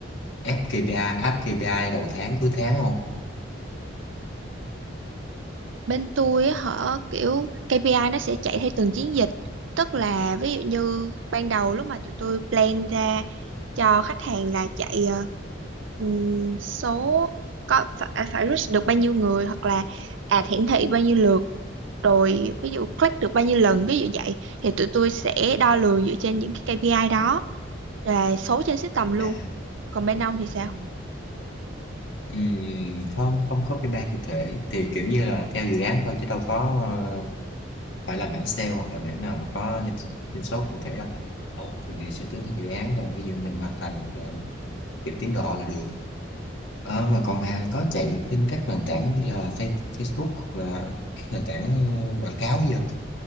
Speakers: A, on the left; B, on the right.
A: ép KPI, áp KPI đầu tháng cuối tháng không?
B: bên tôi á hả kiểu KPI nó sẽ chạy theo từng chiến dịch tức là ví dụ như ban đầu lúc mà tụi tôi plan ra cho khách hàng là chạy ờ, ừm, số có phải, à, phải reach được bao nhiêu người hoặc là ad hiển thị bao nhiêu lượt rồi ví dụ click được bao nhiêu lần ví dụ vậy thì tụi tôi sẽ đo lường dựa trên những cái KPI đó là số trên system luôn
A: À,
B: còn bên ông thì sao
A: ừm, không, không có KPI cụ thể. Thì kiểu như là theo dự án thôi chứ đâu có ờ, phải là mảng sale hoặc là mảng nào mà có doanh, doanh số cụ thể đâu. Ờ, Thường thì sẽ tính theo dự án thôi. Ví dụ mình hoàn thành ờ, kịp tiến độ là được. Ờ, mà còn bà có chạy trên các nền tảng như là Fa- Facebook hoặc là các nền tảng ờ, quảng cáo gì không?